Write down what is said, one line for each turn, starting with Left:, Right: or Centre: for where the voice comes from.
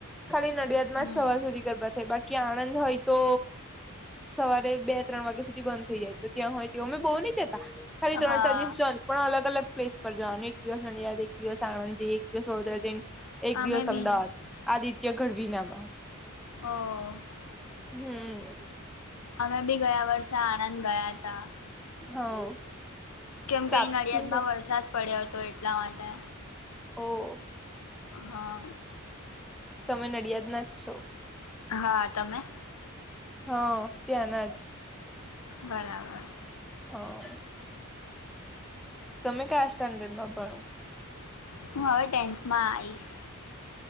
Centre: ખાલી નડિયાદમાં
Left: હમ
Centre: જ સવાર સુધી ગરબા થાય બાકી આણંદ હોય તો સવારે બે ત્રણ વાગ્યા સુધી બંધ થઇ જાય તો ત્યાં હોય તેઓ અમે બહુ નહી જતા ખાલી ત્રણ
Left: હા
Centre: ચાર દિવસ જવાનું પણ અલગ અલગ પ્લેસ પર જવાનું એક એક દિવસ નડિયાદ એક દિવસ આણંદ જઈએ એક દિવસ વડોદરા જઈએ એક
Left: અમે
Centre: દિવસ અમદાવાદ
Left: બી
Centre: આદિત્ય ગઢવી નામાં
Left: હ
Centre: હમ
Left: અમે બી ગયા વર્ષે આણંદ ગયા તા
Centre: હા
Left: કેમ
Centre: પ્રાપ્તિ
Left: કે અહીં નડિયાદ માં વરસાદ પડ્યો હતો એટલા માટે
Centre: ઓ
Left: હા
Centre: તમે નડિયાદ ના જ છો
Left: હા તમે
Centre: હા ત્યાંના જ
Left: બરાબર
Centre: હા તમે ક્યાયા સ્ટાન્ડર્ડ માં ભણો
Left: હું હવે ટેન્થમાં આઈશ